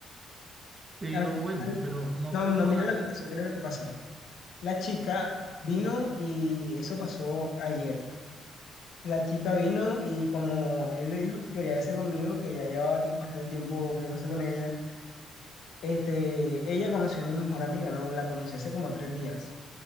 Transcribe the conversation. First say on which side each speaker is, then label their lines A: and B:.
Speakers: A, on the right; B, on the left.
A: Pero
B: Al final,
A: bueno, pero no
B: no,
A: estoy
B: no,
A: logrando...
B: mira lo que
A: el-
B: pasó, mira
A: O
B: lo que pasó. La chica vino y eso pasó ayer. La chica vino y como él le dijo que quería verse conmigo, que ya llevaba tie- bastante tiempo viéndose con ella, este, ella conoció a mi mejor amiga, ¿no? La conocí hace como tres días.